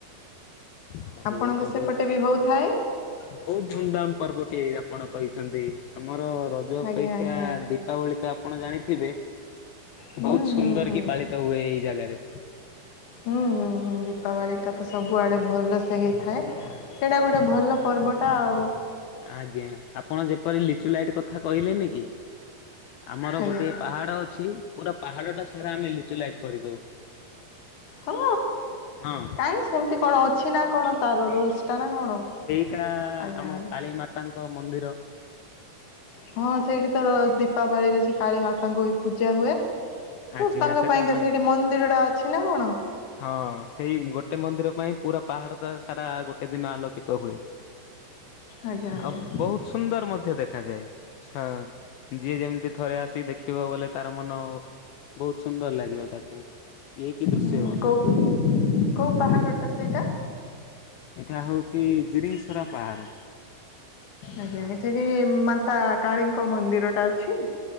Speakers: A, on the left; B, on the left.
A: ତାହେଲେ
B: ଆପଣଙ୍କ
A: ଏ ତ <unintelligible>
B: ସେପଟେ
A: ବହୁତ୍
B: ବି ହଉଥାଏ
A: ଧୁମଧାମ୍ ପର୍ବଟିଏ ଆପଣ କହିଛନ୍ତି ଆମର ଅପେକ୍ଷା
B: ଆଜ୍ଞା ଆଜ୍ଞା
A: ଦୀପାବଳି ତ ଆପଣ ଜାଣିଥିବେ,
B: ହୁଁ
A: ବହୁତ୍ ସୁନ୍ଦର୍
B: ହୁଁ ହୁଁ
A: କି ପା ତ ହୁଏ ଏଇ ଜାଗାରେ।
B: ହୁଁ-ହୁଁ-ହୁଁ ଦୀପାବଳି
A: ଆଜ୍ଞା।
B: ଟା ତ ସବୁଆଡେ ଭଲସେ ହେଇଥାଏ। ସେଇଟା ଗୋଟେ ଭଲ ପର୍ବଟା ଆଉ।
A: ଆଜ୍ଞା ଆପଣ ଯେପରି ଲିଚୁ ଲାଇଟ୍ କଥା କହିଲେନି କି, ଆମର
B: ଆଜ୍ଞା
A: ଗୋଟେ ପାହାଡ ଅଛି ପୁରା ପାହାଡଟା ସାରା ଆମେ ଲିଚୁ ଲାଇଟ୍ କରିଦଉ।
B: ହଁ
A: ହଁ
B: କାଇଁ ସେମ୍ତି କଣ ଅଛି ନା କଣ ତାର ରୁଲସ୍ ଟା ନା କଣ।
A: ଏଇଟା
B: ଆଜ୍ଞା
A: ଆମ
B: ଆଜ୍ଞା
A: କାଳିୀମାତାଙ୍କ ମନ୍ଦିର।
B: ହଁ ସେଇଠି ତୋର ଦୀପାବଳିରେ ସେ କାଳୀ ମାତାଙ୍କୁ ହି ପୂଜା ହୁଏ। <unintelligible>
A: ଆଜ୍ଞା
B: ତାଙ୍କ
A: ସେଟା
B: ପାଇଁକା
A: ପାଇଁ
B: ସେଇଠି ମନ୍ଦିରଟା ଅଛି ନା କଣ?
A: ହଁ ସେଇ ଗୋଟେ ମନ୍ଦିର ପାଇଁ ପୁରା ପାହାଡଟା ସାରା ଗୋଟେ ଦିନ ଆଲୋକିତ ହୁଏ।
B: ଆଜ୍ଞା ଆଜ୍ଞା
A: ଆଉ ବୋହୁତ ସୁନ୍ଦର ମଧ୍ୟ ଦେଖାଯାଏ। ସା ଯିଏ ଯେମିତି ଥରେ ଆସିକି ଦେଖିବ ବୋଲେ ତାର ମନ ବୋହୁତ ସୁନ୍ଦର ଲାଗିବ ତାକୁ ଇଏ କି ଦୃଶ୍ୟ
B: ହୁଁ
A: ବୋଲି
B: କୋଉ କୋଉ ପାହାଡଟା ସେଇଟା?
A: ଏଟା ହୋଉଚି ଜିରିଙ୍ଗସରା ପାହାଡ।
B: ଆଜ୍ଞା ସେଠି ମାତା କାଳୀଙ୍କ ମନ୍ଦିରଟା ଅଛି।